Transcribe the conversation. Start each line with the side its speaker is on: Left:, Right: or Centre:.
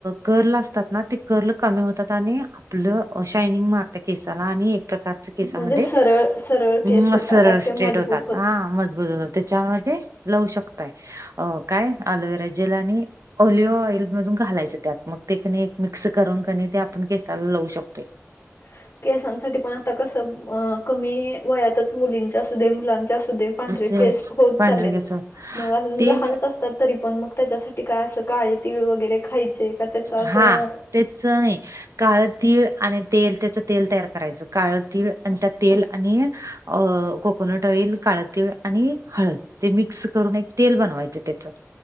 Right: कर्ल असतात ना. ते कर्ल कमी होतात. आणि आपलं, अ शायनिंग मारत केसाला. आणि एक प्रकारच केसामध्ये.
Left: म्हणजे सरळ सरळ
Right: अ
Left: केस होतात
Right: सरळ-स्रेट
Left: असे मजबूत
Right: होतात. हा, मजबूत होता. त्याच्यामूळ ते लावू शकताय. अ काय? अलोवेरा जेल आणि ओलिव्ह ऑइल मधून घालायचं त्यात. मग ते कणी मिक्स करून कनी, ते आपण केसाला लावू शकतोय.
Left: ह <inaudible> केसांसाठी पण आता कसं. अं, कमी वयातच मुलींच असू दे, मुलांच असू दे पांढरे
Right: जसे
Left: केस होत
Right: पांढरे
Left: चाललेत.
Right: केस
Left: म अजून
Right: ते
Left: लहानच अस तात. तरी पण मग, त्याच्यासाठी काय? असं काळे तिळ वगैरे खायचे, का? त्याच असं
Right: हा तेच नाही काळं तीळ आणि तेल, त्याच तेल तयार करायच. काळ तीळ, आणि त्या तेल आणि अं, कोकोनट ऑइल, काळ तीळ, आणि हळद. ते मिक्स करून, एक तेल बनवायचं त्याचं.